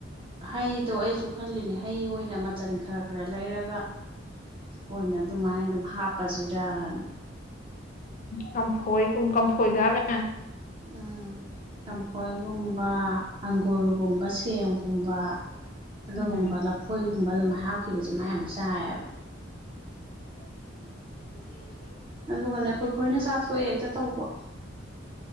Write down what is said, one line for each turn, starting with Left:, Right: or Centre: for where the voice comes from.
Right: ꯍꯩꯗꯣ ꯑꯩꯁꯨ ꯈꯜꯂꯤꯅꯦ ꯍꯩ ꯑꯣꯏꯅ ꯃꯆꯜ ꯈꯔ ꯈꯔ ꯂꯩꯔꯒ ꯑꯣꯏꯅ ꯑꯗꯨꯃꯥꯏꯅ ꯑꯗꯨꯝ ꯍꯥꯞꯄꯁꯤꯔꯅ
Left: ꯀꯝꯐꯣꯏꯨꯝ ꯀꯝꯐꯣꯏꯒꯕ
Right: ꯎꯝ ꯀꯥꯡꯝꯈꯣꯏꯒꯨꯝꯕ ꯑꯪꯒꯨꯔꯒꯨꯝꯕ ꯁꯦꯡꯒꯨꯝꯕ ꯑꯗꯨꯒꯨꯝꯕ
Left: ꯎꯝ
Right: ꯂꯐꯣꯏꯒꯨꯝꯕ ꯑꯗꯨꯃꯥꯏ ꯍꯥꯞꯈꯤꯕꯁꯦ ꯃꯥ ꯌꯥꯝ ꯆꯥꯏꯌꯦꯕ
Left: <unintelligible>
Right: ꯑꯗꯨꯒꯅꯦ ꯑꯩꯈꯣꯏ ꯈꯣꯏꯅ ꯆꯥꯊꯣꯛꯑꯦ ꯍꯦꯛꯇ ꯇꯧꯕ